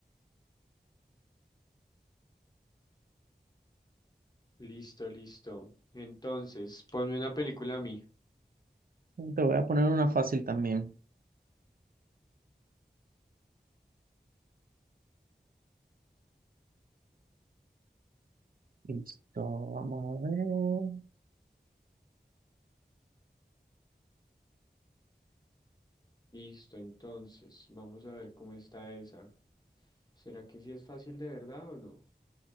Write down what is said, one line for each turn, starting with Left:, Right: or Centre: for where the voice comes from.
Left: Listo, listo. Entonces, ponme una película a mí.
Right: te voy a poner una fácil también. Listo, vamos a ver.
Left: Listo, entonces, vamos a ver cómo está esa. ¿Será que sí es fácil de verdad o no?